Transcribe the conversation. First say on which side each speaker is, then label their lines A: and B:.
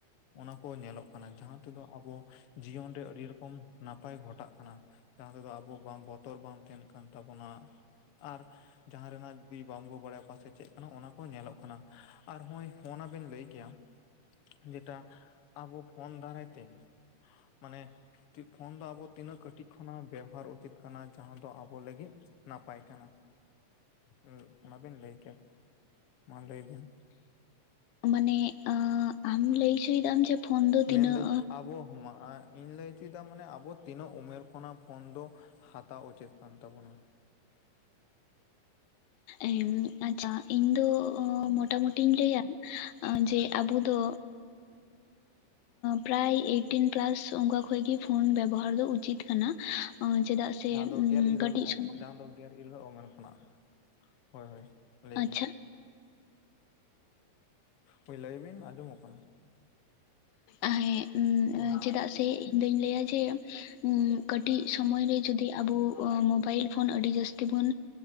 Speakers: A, on the left; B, on the left.
A: ᱚᱱᱟ ᱠᱚ ᱧᱮᱞᱚᱜ ᱠᱟᱱᱟ᱾ ᱡᱟᱦᱟᱸ ᱛᱮᱫᱚ ᱟᱵᱚ ᱡᱤᱭᱚᱱ ᱨᱮ ᱟᱹᱰᱤ ᱨᱚᱠᱚᱢ ᱱᱟᱯᱟᱭ ᱜᱷᱚᱴᱟᱜ ᱠᱟᱱᱟ᱾ ᱡᱟᱦᱟᱸ ᱛᱮᱫᱚ ᱟᱵᱚ ᱵᱟᱝ ᱵᱚᱛᱚᱨ ᱵᱟᱝ ᱛᱟᱦᱮᱱ ᱠᱟᱱ ᱛᱟᱵᱚᱱᱟ ᱟᱨ ᱡᱟᱦᱟᱸ ᱨᱮᱱᱟᱜ ᱡᱩᱫᱤ ᱵᱟᱢᱵᱚ ᱵᱟᱲᱟᱭ᱾ ᱚᱠᱟ ᱥᱮᱫ ᱪᱮᱫ ᱠᱟᱱᱟ? ᱚᱱᱟ ᱠᱚ ᱧᱮᱞᱚᱜ ᱠᱟᱱᱟ ᱟᱨ ᱦᱚᱸᱭ ᱱᱚᱣᱟ ᱵᱤᱱ ᱞᱟᱹᱭ ᱠᱮᱭᱟ ᱠᱮᱭ? ᱡᱮᱴᱟ ᱟᱵᱚ ᱯᱷᱳᱱ ᱫᱟᱨᱟᱭ ᱛᱮ, ᱢᱟᱱᱮ ᱯᱷᱳᱱ ᱫᱚ ᱟᱵᱚ ᱛᱤᱱᱟᱹᱜ ᱠᱟᱹᱴᱤᱡ ᱠᱷᱚᱱᱟᱜ ᱵᱮᱣᱦᱟᱨ ᱪᱮᱫ ᱠᱟᱱᱟ? ᱡᱟᱦᱟᱸ ᱫᱚ ᱟᱵᱚ ᱞᱟᱹᱜᱤᱫ ᱱᱟᱯᱟᱭ ᱠᱟᱱᱟ᱾ ᱩᱸ, ᱚᱱᱟ ᱵᱤᱱ ᱞᱟᱹᱭ ᱠᱮᱭᱟ, ᱢᱟ ᱞᱟᱹᱭ ᱵᱤᱱ?
B: ᱢᱟᱱᱮ ᱟᱻ ᱟᱢ ᱞᱟᱹᱭ ᱡᱚᱭ ᱮᱫᱟᱢ᱾ ᱡᱮ ᱯᱷᱳᱱ ᱫᱚ ᱛᱤᱱᱟᱹᱜ
A: ᱢᱮᱱᱫᱟᱹᱧ ᱟᱵᱚ, ᱟᱻᱧ ᱤᱧ ᱞᱟᱹᱭ ᱪᱮᱫᱟᱜ ᱢᱟᱱᱮ ᱟᱵᱚ ᱛᱤᱱᱟᱹᱜ ᱩᱢᱮᱨ ᱠᱷᱚᱱᱟᱜ ᱯᱷᱳᱱ ᱫᱚ ᱦᱟᱛᱟᱣ ᱩᱪᱤᱛ ᱠᱟᱱ ᱛᱟᱵᱚᱱᱟ?
B: ᱮᱸ ᱟᱪᱪᱷᱟ ᱤᱧ ᱫᱚ ᱢᱳᱴᱟ-ᱢᱩᱴᱤᱧ ᱞᱟᱹᱭᱟ᱾ ᱡᱮ ᱟᱵᱚ ᱫᱚ ᱯᱨᱟᱭ ᱮᱭᱤᱴᱤᱱ ᱯᱞᱟᱥ ᱚᱱᱠᱟ ᱠᱷᱚᱱᱜᱮ ᱯᱷᱳᱱ ᱵᱮᱵᱚᱦᱟᱨ ᱫᱚ ᱩᱪᱤᱛ ᱠᱟᱱᱟ᱾ ᱪᱮᱫᱟᱜ? ᱥᱮ
A: ᱡᱟᱦᱟᱸ ᱫᱚ ᱜᱮᱞ ᱤᱨᱟᱹᱞ
B: ᱠᱟᱹᱴᱤᱡ ᱥᱚᱢᱚᱭ
A: ᱡᱟᱦᱟᱸ ᱫᱚ ᱜᱮᱞ ᱤᱨᱟᱹᱞ ᱩᱢᱮᱨ ᱠᱷᱚᱱᱟᱜ᱾ ᱦᱳᱭ ᱦᱳᱭ ᱞᱟᱹᱭ
B: ᱟᱪᱪᱷᱟ
A: ᱵᱤᱱ ᱦᱳᱭ ᱞᱟᱹᱭ ᱵᱤᱱ ᱟᱸᱡᱚᱢᱚᱜ ᱠᱟᱱᱟ᱾
B: ᱟ ᱦᱮᱸ
A: ᱦᱳᱭ
B: ᱪᱮᱫᱟᱜ ᱥᱮ? ᱤᱧ ᱫᱩᱧ ᱞᱟᱹᱭᱟ ᱡᱮ ᱠᱟᱹᱴᱤᱡ ᱥᱚᱢᱚᱭ ᱨᱮ ᱡᱩᱫᱤ ᱟᱵᱚ ᱢᱚᱵᱟᱭᱤᱞ ᱯᱷᱳᱱ ᱟᱹᱰᱤ ᱡᱟᱹᱥᱛᱤ ᱛᱮᱵᱚᱱ